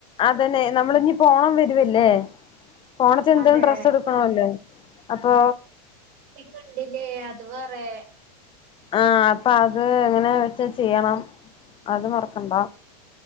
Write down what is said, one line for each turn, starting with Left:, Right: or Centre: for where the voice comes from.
Left: അതന്നെ നമ്മള് ന്നി പോണം വരുവ ല്ലെ പോണത്തിന് ന്തേലും
Right: അതെ
Left: ഡ്രെസ് എടുക്കണമല്ലോ അപ്പൊ
Right: പ്പിങ്ങണ്ടില്ലേ അത് പറേ
Left: ആഹ് അപ്പൊ അത് എങ്ങനെ വെച്ച ചെയ്യണം. അത് മറക്കണ്ട.